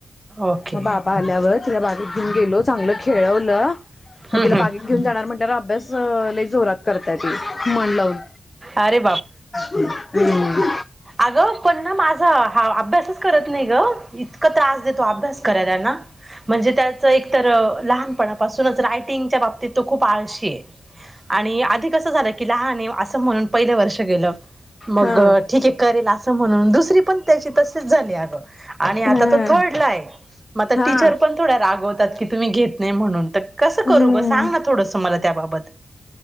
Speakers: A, on the right; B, on the left.
A: ओके
B: मग बा आल्यावर तिला बागेत घेऊन गेलो, चांगलं खेळवलं,
A: हम्म
B: मग तिला
A: हम्म
B: बागेत घेऊन जाणार म्हणल्यावर अभ्यास लई जोरात करताय ती, मन लावून.
A: अरे
B: हम.
A: आगं, पण ना, माझा हा अभ्यासच करत नाही ग, इत् तकं त्रास देतो अभ्यास करायला ना. म्हणजे त्याचं एकतर लहान पणापासूनच रायटिंगच्या बाबतीत तो खूप आळशीय. आणि आधी कसं झालं की, लहानय असं म्हणून. पहिलं वर्ष गेलं. मगं
B: हा
A: ठीके करेल असं म्हणून. दुसरी पण त्याची तशीच झाली अगं. आणि
B: हम्म
A: आता तो थर्डलाय. मग आता
B: हा
A: टीचर पण थोड्या रागवतात की, तुम्ही घेत नाही म्हणून. तर कसं
B: हम्म
A: करू गं. सांग ना थोडंस, मला त्याबाबत.